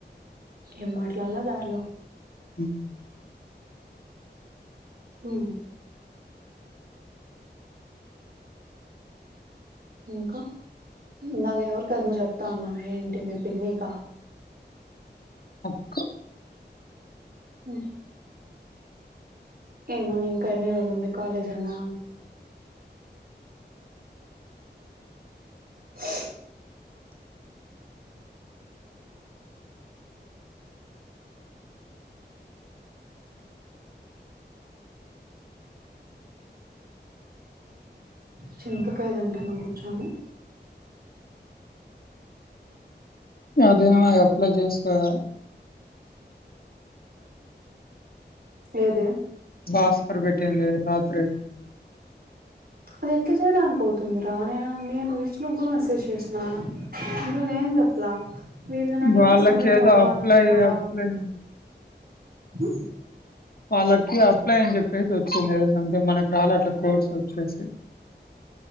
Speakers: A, on the right (about 55°); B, on the left (about 55°).
A: ఏం మాట్లాల దార్లో
B: <inaudible>
A: ఉ ఇంక ఇందాక ఎవరికొఎందో చెప్త అన్నమె ఏంటి మీ పిన్నికా
B: అక్క
A: మ్ ఏమని ఇంక ఎన్ని రోజులు ఉంది కాలేజనా హ చింతకాయ తింటానా గుచ్చొని
B: అదేమయ్యే అప్లై జేస్కోదా
A: ఏదే
B: భాస్కర్ పెట్టేంది రాత్రి
A: అది ఎట్లా చేయడానికవుతుందిరా నేన నేను విష్ణుగూడా మెసేజ్ చేసిన ఇందుల్ నే ఏం జెప్పల వీళ్ళ నడితే
B: వాళ్ళకి
A: సమీర
B: ఏదో
A: మడువళ్లను
B: అప్లై
A: గూడా
B: అప్లై
A: మ్మ్
B: వాళ్ళకి అప్లై అని జేప్పేసి ఓచ్చింది ఏదో సమ్థింగ్ మనకి రాలే అట్లా కోడ్స్ ఓచ్చేసి